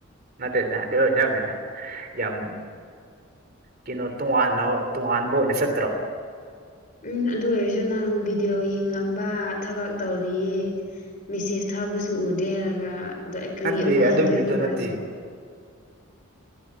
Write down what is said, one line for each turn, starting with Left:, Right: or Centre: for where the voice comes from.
Right: ꯅꯠꯇꯦꯗ ꯑꯗꯨ ꯅꯠꯇꯦꯗ ꯌꯥꯝ ꯀꯩꯅꯣ ꯇꯣꯉꯥꯟꯅ ꯇꯣꯉꯥꯟꯕ ꯑꯣꯏꯅ ꯆꯠꯇ꯭ꯔꯣ
Left: ꯎꯝ ꯑꯗꯨ ꯑꯣꯏꯔꯁꯨ ꯅꯪ ꯚꯤꯗꯤꯑꯣ ꯌꯦꯡꯂꯝꯕ ꯊꯕꯛ ꯇꯧꯔꯤꯌꯦ ꯃꯤꯁꯦꯁ ꯊꯥꯕꯁꯨ ꯎꯗꯦ ꯍꯥꯏꯔꯒ ꯑꯗꯣ ꯑꯩ ꯀꯔꯤ
Right: ꯅꯠꯇꯦ
Left: ꯑꯃꯨꯛ
Right: ꯑꯗꯨꯒꯤꯗꯨ
Left: ꯍꯟꯗꯣꯏꯅꯣ
Right: ꯅꯠꯇꯦ
Left: ꯍꯥꯏꯕꯣ